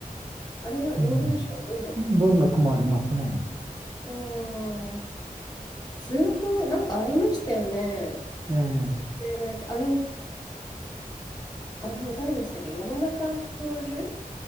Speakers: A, on the left; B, on the right.
A: あれはノーベル賞は文学の。
B: うん。文学もありますね。
A: あー数学、なんかありましたよね。
B: ええ、
A: 有名なやつ。あの、あの、誰でしたっけ山中教授